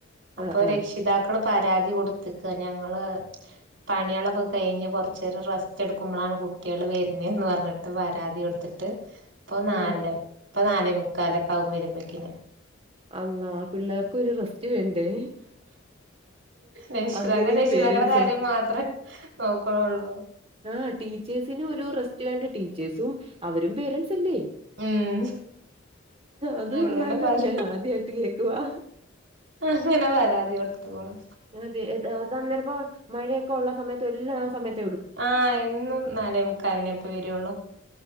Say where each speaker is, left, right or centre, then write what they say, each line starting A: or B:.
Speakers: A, on the right; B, on the right.
A: അപ്പൊ
B: ആഹ് ആഹ്
A: രക്ഷി ക്ഷിതാക്കള് പരാതി കൊടുത്ത്ക്ക ഞങ്ങള് പണികളൊക്കെ കഴിഞ്ഞ് കൊറച്ചേരം റെസ്റ്റ് എടുക്കുമ്പോളാണ് കുട്ടികൾ വരണെ ന്ന് പറഞ്ഞിട്ട് പരാതി കൊടുത്തിട്ട് ഇപ്പൊ നാല്
B: ആഹ്
A: ഇപ്പൊ നാലെ മുക്കാലൊക്കാ വും വരുമ്പോക്കിനെ
B: അള്ളാ പിള്ളേർക്കൊരു റെസ്റ്റ് വേണ്ടേ
A: രക്ഷിതാക്കെ
B: അങ്ങനെയും
A: രക്ഷിതാക്കളുടെ
B: പേരന്റ്സോ?
A: കാര്യം മാത്രേ നോക്കണുള്ളൂ
B: ആഹ് ടീച്ചേഴസിനും ഒരു റെസ്റ്റ് വേണ്ടെ ടീച്ചേഴ്സും അവരും പേരൻസെല്ലേ
A: ഉം
B: അത് കൊള്ളാലോ
A: അങ്ങനെ പരാ
B: ഞാൻ ആദ് ദ്യയിട്ട് കേക്കുവാ
A: അങ്ങനെ പരാതി കൊടുത്തുക്കുണു
B: അതെ അത് അന്നേരപ്പൊ മഴയൊക്കെ ഒള്ള സമയത്തു എല്ലാ ആ സമയത്ത്
A: ആഹ് എന്നും നാലേ മുക്കാലിനെപ്പൊ വരുള്ളൂ